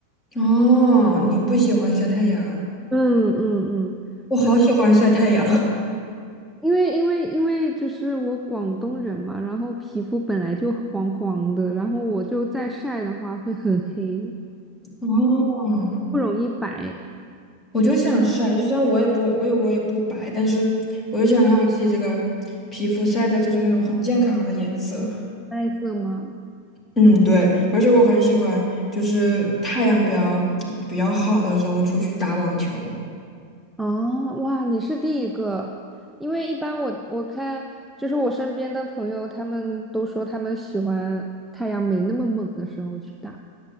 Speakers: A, on the left; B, in the centre.
A: 哦，你不喜欢晒太阳，
B: 嗯嗯嗯，
A: 我好喜欢晒太阳。
B: 可能因为因为因为就是我广东人嘛，然后皮肤本来就黄黄的，然后我就再晒的话会很黑，
A: <laughs> 哦，
B: 不容易白
A: 我就想晒，就算我也不，我也我也不白，但是我就想让我自己这个皮肤晒的就是那种很健康的颜色。
B: 带色吗？
A: 嗯，对，而且我很喜欢，就是太阳比较比较好的时候出去打网球，
B: 哦，哇，你是第一个，因为一般我我看就是我身边的朋友，他们都说他们喜欢太阳没那么猛的时候去打。